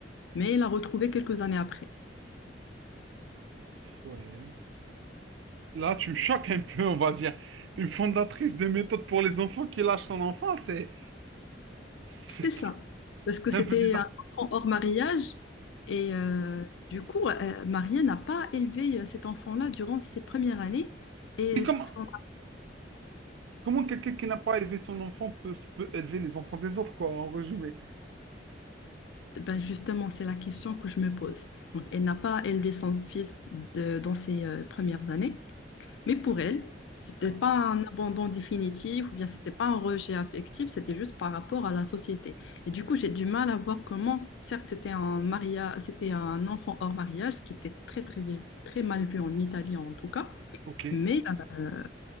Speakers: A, on the left; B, on the right.
A: Mais il l'a retrouvé quelques années après.
B: Ouais. Là, tu me choques un peu, on va dire. Une fondatrice de méthode pour les enfants qui lâche son enfant, c'est c'est
A: C'était
B: pas-
A: ça.
B: <laughs>
A: Parce que
B: c'est
A: c'était
B: un peu bizarre.
A: un enfant hors mariage. Et euh, du coup, euh, Maria n'a pas élevé euh, cet enfant-là durant ses premières années. Et
B: Mais comment,
A: son-
B: comment quelqu'un qui n'a pas élevé son enfant peut, peut élever les enfants des autres, quoi, en résumé?
A: ben, justement, c'est la question que je me pose. Donc, elle n'a pas élevé son fils de- dans ses euh, premières années. Mais pour elle, c'était
B: Hein.
A: pas un abandon définitif ou bien c'était pas un rejet affectif, c'était juste par rapport à la société. Et du coup, j'ai du mal à voir comment, certes, c'était un mariage, c'était un enfant hors mariage, ce qui était très, très, vu- très mal vu en Italie en tout cas.
B: Ok.
A: Mais euh,